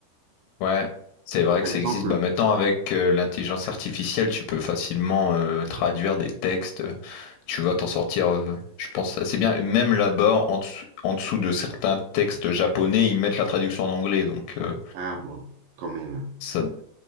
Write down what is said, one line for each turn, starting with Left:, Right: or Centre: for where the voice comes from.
Left: Ouais, c'est vrai
Right: Par
Left: que
Right: exemple,
Left: ça existe. Bah, maintenant, avec euh, l'intelligence artificielle, tu peux facilement euh, traduire des textes. Tu vas t'en sortir, euh, je pense, assez bien. Même là-bas, en dessous, en dessous de certains textes japonais, ils mettent la traduction en anglais. Donc, euh,
Right: ah bon, quand même,
Left: ça,